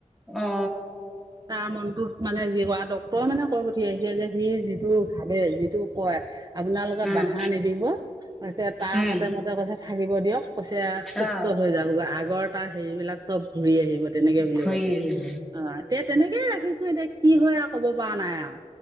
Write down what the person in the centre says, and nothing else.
অ
উম
উম
অ
ঘূৰি
আহিব